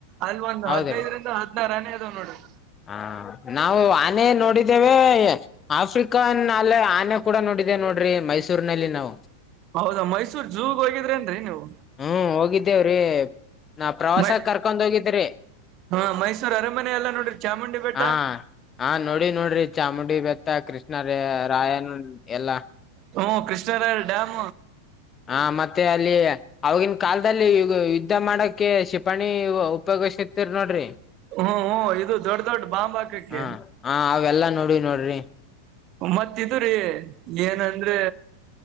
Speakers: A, on the right; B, on the left.
A: ಅಲ್ ಒಂದ್
B: ಹೌದ್ರೀ
A: ಹದ್ನೈದ್ ರಿಂದ ಹದ್ನಾರ್ ಆನೆ ಅದಾವ್ ನೋಡ್ರಿ
B: ಹ- ನಾವು ಆನೆ ನೋಡಿದ್ದೇವೆ ಆಫ್ರಿಕಾನ್ ನಲ್ಲೇ ಆನೆ ಕೂಡ ನೋಡ್. ಡಿದೆ ನೋಡ್ರಿ ಮೈಸೂರ್ನಲ್ಲಿ ನಾವು
A: ಹೌದಾ ಮೈಸೂರ್ ಜೂಗೋಗಿದ್ರೇನ್ರಿ ನೀವು.
B: ಹ್ಮ್- ಹೋಗಿದ್ದೇವ್ರಿ ನಾ ಪ್ರವಾಸ
A: ಮೈ
B: ಕರ್ಕೊಂದ್ ಹೋಗಿದ್ರಿ.
A: ಹಾ- ಮೈಸೂರ್ ಅರಮನೆ ಎಲ್ಲ ನೋಡಿರ್ ಚಾಮುಂಡಿ ಬೆಟ್ಟ.
B: ಹಾ ಹಾ- ನೋಡಿ ನೋಡ್ರಿ ಚಾಮುಂಡಿ ಬೆತ್ತ ಕೃಷ್ಣ ರಾಯನ ಎಲ್ಲಾ
A: ಹ್ಮ -ಕೃಷ್ಣರಾಯ ಡ್ಯಾಂ
B: ಹಾ -ಮತ್ತೆ ಅಲ್ಲಿ ಅವವಾಗಿನ್ ಕಾಲಲ್ದಲ್ಲಿ ಈ ಯುದ್ಧ ಮಾಡಕ್ಕೆ ಶಿಪಾಣಿ ಉಪಯೋಗಸತಿರಿ ನೋಡ್ರಿ.
A: ಹ್ಮ - ಇದು ದೊಡ್ಡ ದೊಡ್ಡ ಬಾಂಬ್ ಹಾಕಕ್ಕೆ.
B: ಹಾ ಹ ಅವೆಲ್ಲಾ ನೋಡಿ ನೋಡ್ರಿ
A: ಮತ್ತಿದ್ರೀ ಏನಂದ್ರೆ.